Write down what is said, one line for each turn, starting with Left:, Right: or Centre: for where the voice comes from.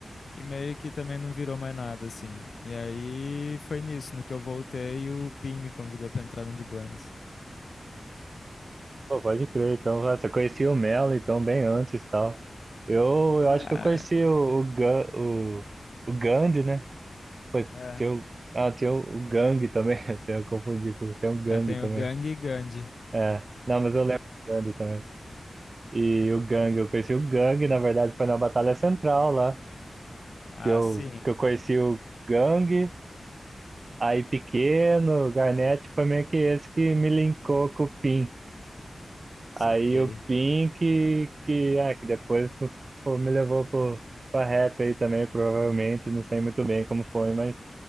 Left: e meio que também não virou mais nada, assim. E aí foi nisso, no que eu voltei, o Pim me convidou pra entrar no de Buenas.
Right: Pô, pode crer, então, nossa, eu conheci o Melo, então, bem antes e tal. Eu, eu
Left: Ah,
Right: acho que eu conheci o, o, Gan- o, o Gandhi, né? Pô,
Left: é.
Right: tem o, ah, tem o, o Gang também, <laughs> até eu confundi, com- tem o Gang
Left: É, tem
Right: também.
Left: o Gang e Gandhi.
Right: É, não, mas eu lembro do Gandhi também. E o Gang, eu conheci o Gang, na verdade, foi na Batalha Central lá,
Left: Ah,
Right: que eu,
Left: sim,
Right: que eu conheci o Gang, aí Pequeno, o Garnett, foi meio que esse que me linkou com o Pim.
Left: saquei.
Right: Aí o Pink, que, ah, que depois <laughs> pô, me levou pro, pra rap aí também, provavelmente, não sei muito bem como foi, mas